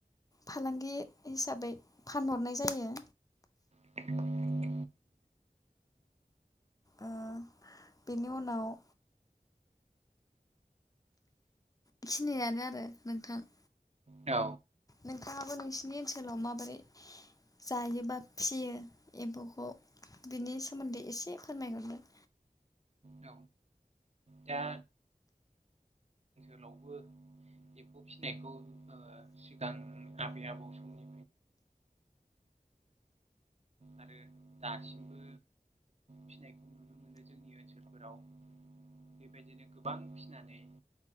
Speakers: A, on the left; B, on the right.
A: फालांगि हिसाबै फानहरनाय जायो।
B: <inaudible>
A: ओ बेनि उनाव बेखिनियानो आरो नोंथां।
B: औ
A: नोंथाङाबो नोंसिनि ओनसोलाव माबोरै जायो बा फियो एम्फौखौ बिनि सोमोन्दै एसे फोरमायहरदो।
B: औ दा नवबो एम्फौ फिसिनायखौ सिगां आबै आबौ समनि आरो दासिमबो फिनायखौ नुनो मोनो जोंनि ओनसोलफोराव बेबायदिनो गोबां फिनानै